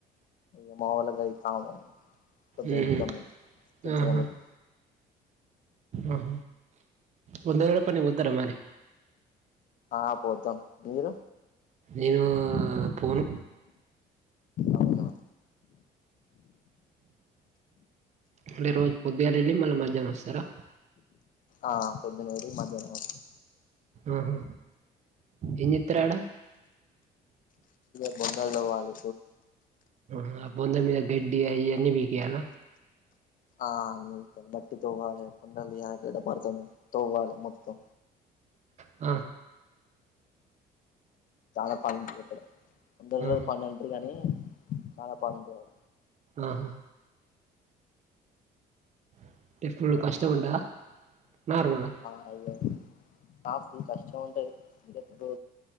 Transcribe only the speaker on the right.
ఉహు
అహ అహ, వందరోజుల పనికి పోతార మరి,
నేను ఫోను,
అంటే రోజ పొద్దుగాల, అ మల్ల మధ్యాహ్నం వస్తారా,
ఆహా ఏం చేస్తారు ఆడ
హ బొంద మీద గడ్డి అ అవన్నీ పీకేయల,
ఆ
ఆహా
ఆహా <unintelligible> చ్చ ఉడా నార్మాల,